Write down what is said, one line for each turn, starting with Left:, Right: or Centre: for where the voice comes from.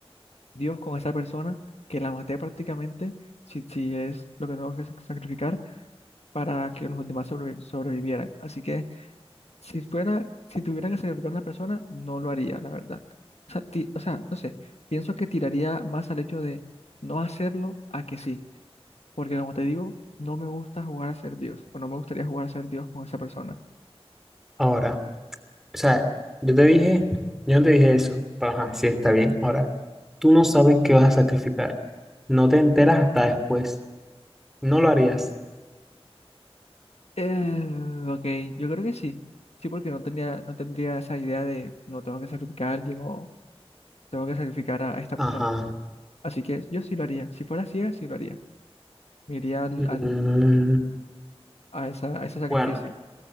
Left: Dios con esa persona, que la maté prácticamente, si, si es lo que tengo que sac- sacrificar para que los demás sobrevi- sobrevivieran. Así que si fuera, si tuviera que sacrificar a una persona, no lo haría, la verdad. O sea, ti- o sea, no sé, pienso que tiraría más al hecho de no hacerlo a que sí, porque como te digo, no me gusta jugar a ser Dios, o no me gustaría jugar a ser Dios con esa persona.
Centre: Ahora. O sea, yo te dije, yo no te dije eso, pero ajá, sí está bien. Ahora, tú no sabes qué vas a sacrificar. No te enteras hasta después. No lo harías.
Left: Eh, ok, yo creo que sí. Sí, porque no tenía, no tendría esa idea de no tengo que sacrificar a alguien o tengo que sacrificar a, a esta
Centre: Ajá.
Left: persona. Así que yo sí lo haría. Si fuera ciega, sí lo haría. Me iría al,
Centre: Mm,
Left: al- a, esa, a ese sacrificio.
Centre: bueno,